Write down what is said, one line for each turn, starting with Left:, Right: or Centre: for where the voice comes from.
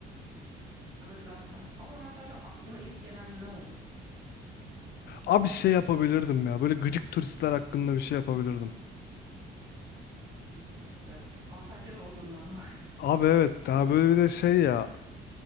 Right: Evet zaten. Ama mesela şu aklına ilk gelen ne olur?
Left: Abi şey yapabilirdim ya. Böyle gıcık turistler hakkında bir şey yapabilirdim.
Right: Gıcık turistler. Antalyalı olduğundan dolayı.
Left: Abi evet daha böyle bir de şey ya.